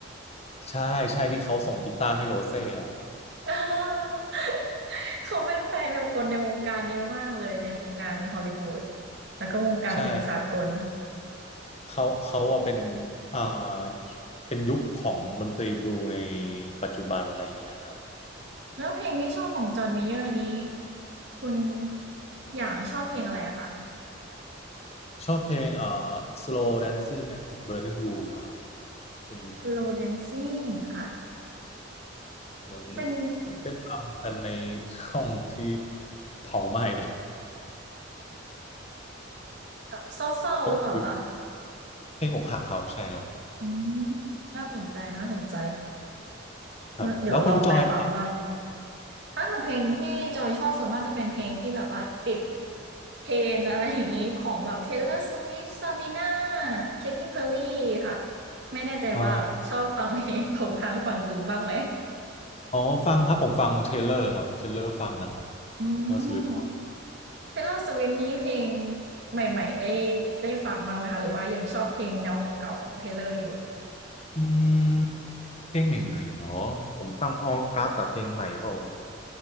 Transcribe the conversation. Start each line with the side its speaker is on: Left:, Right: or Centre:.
Left: ใช่ใช่ที่เขาส่งกีตาร์ให้โรเซ่อะ
Right: <laughs> เออเขาเป็นแฟนกับคนในวงการเยอะมากเลยในวงการฮอลลีวูดแล้วก็วงการเพลงสากล
Left: ใช่ เขาเขาอะเป็นอ่าเป็นยุคของดนตรีบลูในปัจจุบันอะไรอย่างเงี้ยครับ
Right: แล้วเพลงที่ชอบของจอห์นเมเยอร์นี้คุณอย่างชอบเพลงอะไรอะคะ
Left: ชอบเพลงเอ่อ Slow Dancing at Burning Room อะครับเป็น
Right: Slow Dancing ค่ะ
Left: เหมือน
Right: เป็น
Left: เหมือนเต้นรำกันในห้องที่เผาไหม้
Right: แบบเศร้าๆหรือเปล่าคะ
Left: <laughs> ก็คือเพลงอกหักครับ ใช่ครับ
Right: อืมน่าสนใจน่าสนใจ
Left: ครับแล้วคุณจอยล่ะครับ
Right: งั้นเดี๋ยวลองไปฟังบ้าง ถ้าเกิดเพลงที่จอยชอบส่วนมากจะเป็นเพลงที่แบบว่าติดเทรนด์อะไรอย่างนี้ของแบบ Taylor Swift Sabrina Katy Perry ค่ะ ไม่แน่ใจว่าชอบฟังเพลงของทางฝั่งหญิงบ้างไหม
Left: อ๋ออ๋อฟังครับผมฟังเทเลอร์ครับ เทเลอร์ฟังนะครับ
Right: อืม
Left: แล้วสวิฟฟัง
Right: Taylor Swift นี้เพลงใหม่ๆได้ได้ฟังบ้างไหมคะหรือว่ายังชอบเพลงแนวเก่าๆของ Taylor อยู่
Left: อืมเพลงใหม่ๆเหรอผมฟังออกัสแต่เพลงใหม่เปล่า